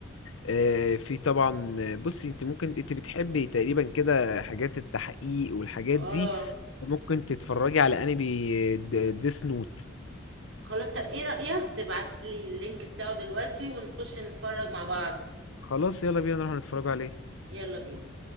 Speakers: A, on the left; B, on the right.
A: آه، في طبعا آه، بصي انت ممكن انت بتحبي تقريبا كده حاجات التحقيق والحاجات دي
B: اه
A: ممكن تتفرجي على انمي ديس نوت
B: خلاص طب ايه رايك تبعت لي اللينك بتاعه دلوقتي ونخش نتفرج مع بعض
A: خلاص يلا بينا نروح نتفرجوا عليه
B: يلا بينا